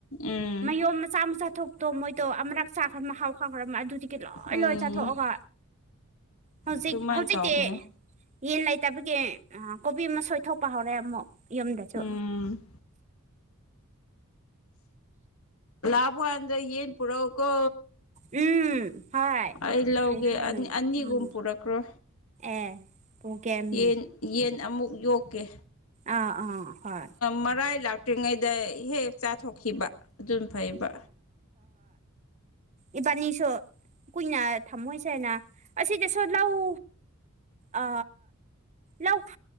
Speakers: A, on the left; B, on the right.
A: ꯎꯝ
B: ꯃꯌꯨꯝ ꯃꯆꯥ ꯃꯆꯥ ꯊꯣꯛꯇꯣ ꯃꯣꯏꯗꯣ ꯑꯃꯨꯔꯛ ꯆꯥꯈ꯭ꯔꯕ ꯍꯥꯎ ꯈꯥꯈ꯭ꯔꯕꯃ ꯑꯗꯨ ꯀꯤ ꯂꯣꯏ
A: ꯎꯝ
B: ꯂꯣꯏ ꯆꯥꯊꯣꯛꯑꯒ ꯍꯧꯖꯤꯛ
A: ꯑꯗꯨꯃꯥꯏꯅ
B: ꯍꯧꯖꯤꯛꯇꯤ
A: ꯇꯧꯕꯅꯦ
B: ꯌꯦꯟ ꯂꯩꯇꯕꯒꯤ ꯀꯣꯕꯤ ꯃꯁ ꯁꯣꯏꯊꯣꯛꯄ ꯍꯧꯔꯦ ꯑꯃꯨꯛ ꯌꯨꯝꯗꯁꯨ
A: ꯎꯝ ꯂꯥꯕ ꯑꯗ꯭ꯔ ꯌꯦꯟ ꯄꯨꯔꯎꯀꯣ
B: ꯎꯝ ꯍꯣꯏ
A: ꯑꯩ ꯂꯧꯒꯦ
B: ꯄꯨꯒꯦ
A: ꯑꯅꯤꯒꯨꯝ
B: ꯎꯝ
A: ꯄꯨꯔꯛꯈ꯭ꯔꯣ
B: ꯑꯦ ꯄꯨꯒꯦ ꯎꯝ
A: ꯌꯦꯟ ꯌꯦꯟ ꯑꯃꯨꯛ ꯌꯣꯛꯀꯦ
B: ꯑꯥ ꯑꯥ ꯍꯣꯏ
A: ꯃꯔꯥꯏ ꯂꯥꯛꯇ꯭ꯔꯤꯉꯩꯗ ꯍꯦꯛ ꯍꯦꯛ ꯆꯥꯊꯣꯛꯈꯤꯕ ꯑꯗꯨꯝ ꯐꯩꯕ
B: ꯏꯕꯥꯅꯤꯁꯨꯣ ꯀꯨꯏꯅ ꯊꯝꯃꯣꯏꯁꯦꯅ ꯑꯁꯤ ꯀ ꯁꯣ ꯂꯥꯛꯎ ꯑ ꯂꯧ